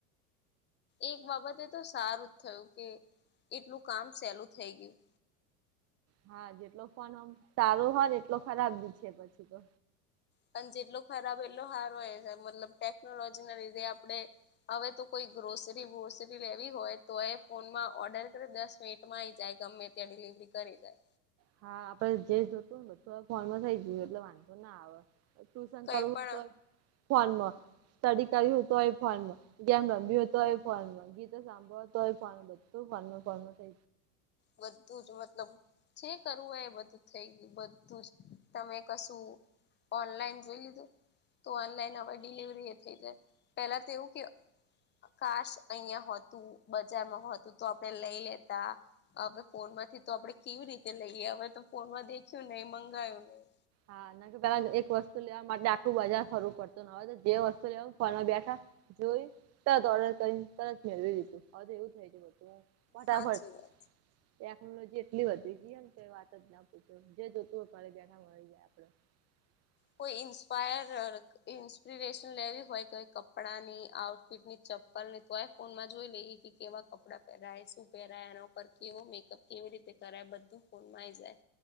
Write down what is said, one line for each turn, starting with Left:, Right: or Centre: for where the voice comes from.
Left: એક બાબતે તો સારું જ થયું કે એટલું કામ સેલું થઈ ગ્યું
Right: હા જેટલો ફોન અ સારો હન એટલો ખરાબ બી છે પછી તો
Left: પણ જેટલો ખરાબ એટલો હારો એ છે મતલબ ટેકનોલોજી ના લીધે આપડે હવે તો કોઈ ગ્રોસરી બ્રોસરી લેવી હોય તો એ ફોનમાં ઓર્ડર કરે દસ મિનિટમાં આઈ જાય ગમે ત્યાં ડિલિવરી કરી જાય.
Right: હા આપડે જે જોતું ને બધું ફોનમાં થઈ ગયું એટલે વાંધો ના આવે. ટ્યુશન
Left: કઈ
Right: કરવું
Left: પણ
Right: હોય તો ફોનમાં સ્ટડી કરવી હોય તો એ ફોન માં ગેમ રમવી હોય તોએ ફોનમાં ગીતો સાંભળવા તો હોય ફોન બધું ફોનમાં ફોનમાં છે
Left: બધું જ મતલબ જે કરવું હોય એ બધું થઈ ગ્યું બધું જ તમે કશું ઓનલાઈન જોઈ લીધું તો ઓનલાઈન હ ડિલવરી એ થઈ જાય પેલા તો એવું કે કાસ અહંતું બજારમાં હોતું તો આપડે લઈ લેતા હવે ફોન માંથી તો આપડે કેવી રીતે લઈએ હવે તો ફોનમાં દેખ્યું નહી મંગાયું નહી.
Right: હા ના કે પેલા એક વસ્તુ લેવા માટે આખું બજાર ફરું પડતું ને હવે જે વસ્તુ લેવા ફ બેઠા જોઈ તરત ઓર્ડર કરીને તરત મેળવી દીધું હવે તો એવું થાય ગ બધું. ફટાફટ
Left: હાચી વાત
Right: ટેકનોલોજી એટલી વધી ગઈ ને વાત જ ના પૂછો જે જોતુંય પડે જ એને મળી જાય. <inaudible>
Left: કોઈ ઇન્સ્પાયર ઇન્સ્પિરેશન લેવી હોય કે કપડાં ની આઉટફિટની ચપ્પલ ની તોય ફોનમાં જોઈ લઈએ કે કેવા કપડાં પહેરાય શું પહેરાય એના પરર કેવો મેકઅપ કેવી રીતે કરાય બધું. ફ માાઈ જાય.